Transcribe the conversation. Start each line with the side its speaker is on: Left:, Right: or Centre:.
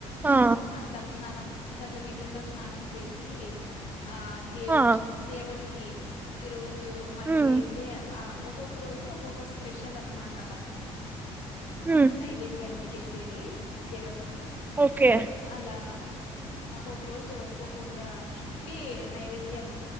Right: ఆ
Left: తల స్నానం చల్ల నీళ్ళ తో స్నానం చేసి ఆ దేవ్
Right: ఆ
Left: దేవతి కి రోజ్ జు మండే
Right: ఉమ్
Left: అయితే ఆ ఒక్కొక్క రోజు ఒక్కొక్క స్పెషల్ అన్నమాట
Right: హ్మ్
Left: నైవేద్యాల చేసేది దేవత
Right: ఓకే
Left: అలా ఒొక్క రోజు ఒక్కొక్కటి నైవేద్యం